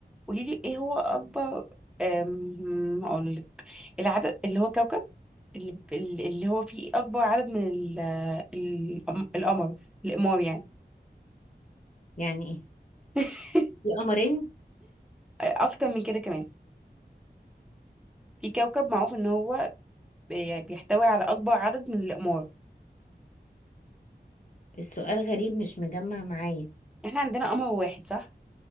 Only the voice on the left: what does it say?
يعني إيه
في قمرين
السؤال غريب مش مجمع معايا